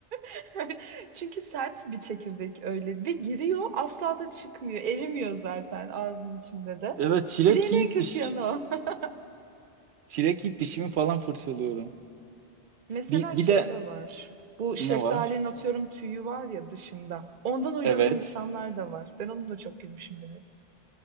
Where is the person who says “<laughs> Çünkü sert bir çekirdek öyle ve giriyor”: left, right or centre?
Right